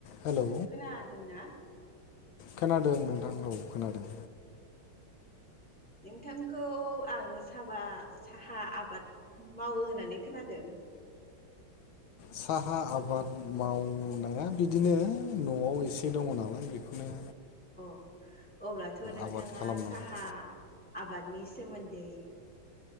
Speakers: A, on the left (about 80°); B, in the centre.
A: Hello.
B: खोनादों ना?
A: खोनादों नोंथां औ खोनादों।
B: नोंथांखौ आङो साबा साहा आबाद मावो होननानै खोनादों।
A: साहा आबाद मावनो बिदिनो न'वाव एसे दङ नालाय बेखौनो
B: अ अब्लाथ' नोंथाङा
A: आबाद खालामनांगौ
B: साहा आबादनि सोमोन्दै